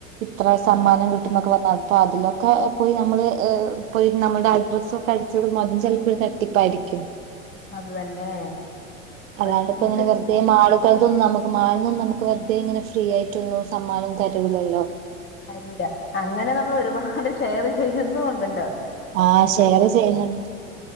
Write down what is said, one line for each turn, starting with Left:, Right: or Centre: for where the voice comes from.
Right: ഇത്രെ
Left: ആ
Right: സമ്മാനം കിട്ടുന്നക്കെ പറ അപ്പൊ അതിലൊക്കെ പോയി നമ്മള് ഏ പോയി നമ്മുടെ അഡ്രസ്സൊക്കെ അടിച്ചടുമ്പോ അതും ചെൽപ്പൊരു തട്ടിപ്പായിരിക്കും.
Left: അത് തന്നെ ഇപ്പ
Right: അതാണിപ്പൊങ്ങനെ
Left: ഇത്
Right: വെറുതെ മാള് പ്പൊതും നമുക്ക് മാള്ന്നും നമുക്ക് വെറുതെ ഇങ്ങനെ ഫ്രീയായിട്ടൊന്നും സമ്മാനം തരൂലല്ലോ?
Left: തരൂല അങ്ങനെ നമ്മള് ഒരുപാട് ഷെയറ് ചെയ്യുന്നു ഒണ്ടല്ലോ.
Right: ആ ഷെയറ് ചെയ്യുന്നു